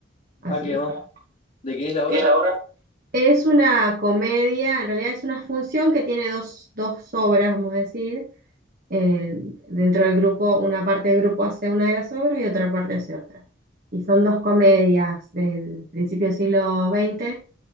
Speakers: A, on the right; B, on the left.
A: Así
B: Ah, ¿qué
A: que bueno.
B: va? ¿De qué es la hora?
A: ¿Y es la hora? Es una comedia, en realidad es una función que tiene dos, dos obras, vamos a decir. Eh, dentro del grupo, una parte del grupo hace una de las obras y otra parte hace otra. Y son dos comedias del principio del siglo XX.